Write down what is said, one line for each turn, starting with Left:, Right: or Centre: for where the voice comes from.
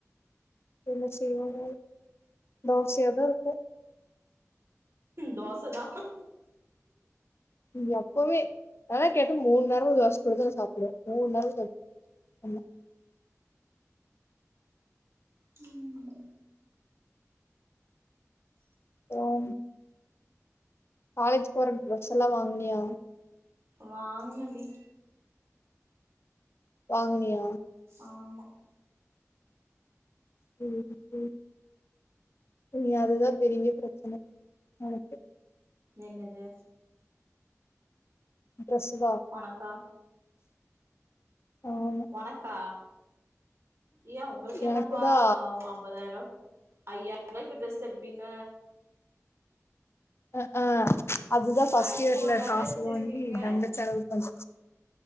Left: என்ன செய்வாங்களோ தோசையாதா இருக்கு
Right: தோச தா
Left: நீங்க எப்பவுமே நல்லா கேட்டு மூண்நேரமு தோச குடுத்தா தா சாப்டுவோ எவ வந்தாலு செரி பண்ணு
Right: ம்
Left: பறாம் காலேஜ் போற ட்ரெஸ் எல்லா வாங்னியா
Right: வாங்குனனு டி
Left: வாங்குனியா
Right: ஆமா
Left: சேரி சேரி இனி அதுதா பெரியவே பிரெச்சன எனக்கு
Right: என்னது
Left: டிரெஸ்சு தா
Right: ஒனக்கா
Left: ஆமா
Right: ஒனக்கா யே உங்களுக்கு
Left: எனக்குதா
Right: என்னப்பா அம்பதாயிரோ ஐய்யாயிர ரூபாய்கு டிரெஸ் எடுப்பீங்க
Left: அ ஆ அதுதா ஃபஸ்ட்டு
Right: ஐபோன்
Left: இயர்ல
Right: வேற
Left: காசு
Right: வச்சிருக்கீங்க
Left: வாங்கி தண்ட செலவு பண்ண